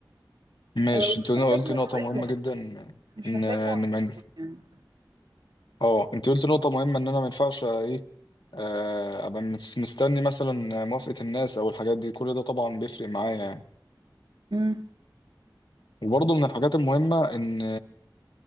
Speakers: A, on the left; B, on the right.
A: ماشي
B: أه ومش
A: انت قلت
B: محتاج موافقتهم
A: نقطة مهمة جدا ان
B: مش محتاج
A: ان
B: موافقتهم
A: من...
B: يعني
A: اه انت قلت نقطة مهمة ان انا ما ينفعش ايه آه، ابقى مس- مستني مثلا موافقة الناس او الحاجات دي كل ده طبعا بيفرق معايا يعني
B: امم
A: وبرضه من الحاجات المهمة ان